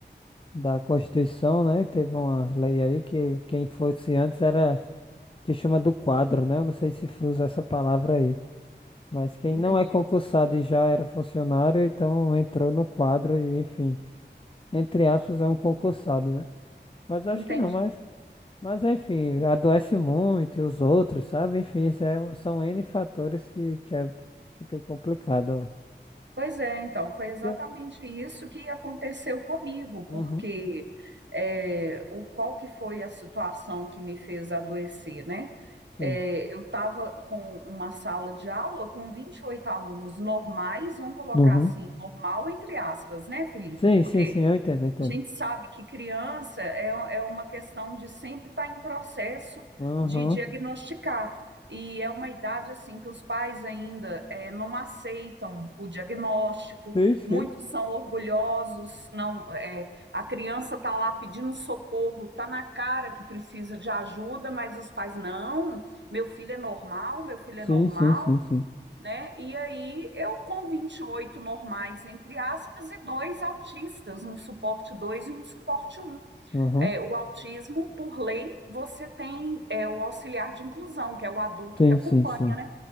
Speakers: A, on the left; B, on the right.
A: da Constituição, né? Teve uma lei aí que quem fosse antes era que chama do quadro, né? Eu não sei se usa essa palavra aí, mas quem
B: Entendi,
A: não é concursado e já era funcionário, então entrou no quadro e enfim. entre aspas, é um concursado, né? Mas acho
B: entendi.
A: que não, mas, mas enfim, adoece muito e os outros, sabe? Enfim, isso é um- são N fatores que, que é- fica complicado. ó.
B: Pois é, então, foi exatamente
A: Eu?
B: isso que aconteceu comigo,
A: Uhum,
B: porque é, o, qual que foi a situação que me fez adoecer, né?
A: sim.
B: É, eu estava com uma sala de aula com 28 alunos normais, vamos colocar
A: Uhum.
B: assim, normal entre aspas, né, Felipe?
A: Sim,
B: Porque
A: sim, sim, eu entendo, eu entendo.
B: a gente sabe que criança é, é uma questão de sempre estar em processo
A: Uhum.
B: de diagnosticar. E é uma idade assim que os pais ainda eh, não aceitam o diagnóstico,
A: Sim, sim.
B: muitos são orgulhosos, não eh, a criança está lá pedindo socorro, está na cara que precisa de ajuda, mas os pais não, meu filho é normal, meu filho
A: Sim,
B: é normal
A: sim, sim, sim.
B: né? E aí eu com 28 normais, entre aspas, e dois autistas, um suporte 2 e um suporte Um.
A: Uhum.
B: É, o autismo, por lei, você tem é, o auxiliar de inclusão, que é o adulto
A: Sim,
B: que acompanha,
A: sim, sim.
B: né?